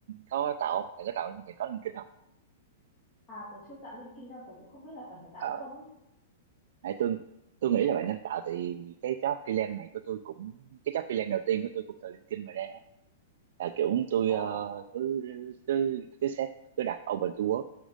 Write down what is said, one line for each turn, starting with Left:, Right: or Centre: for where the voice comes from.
Right: có tạo không? bạn có tạo bạn có LinkedIn không
Left: à tớ chưa tạo linking đâu tớ cũng không biết là cần phải tạo
Right: ờ
Left: hay không ấy
Right: nãy tôi tôi nghĩ là bạn nên tạo thì cái job freelance này của tôi cũng cái job freelance đầu tiên của tôi cũng từ LinkedIn mà ra á. là kiểu tôi
Left: ồ
Right: ờ, cứ cứ cứ set cứ đặt open to work